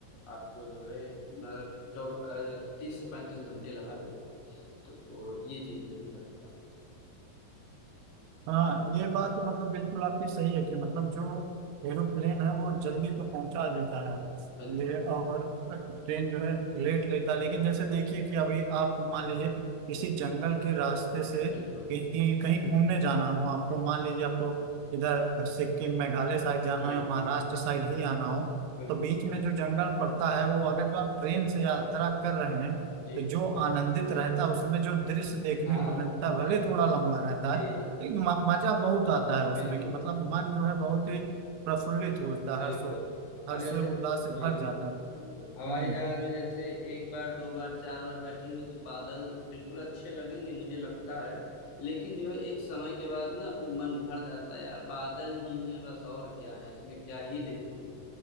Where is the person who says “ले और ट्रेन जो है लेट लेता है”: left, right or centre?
Right